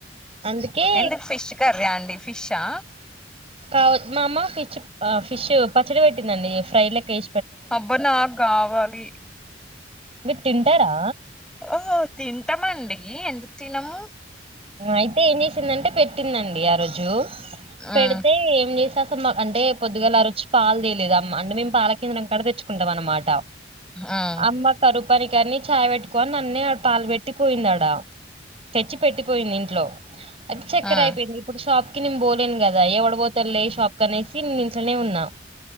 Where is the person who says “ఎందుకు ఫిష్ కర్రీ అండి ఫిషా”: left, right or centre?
Centre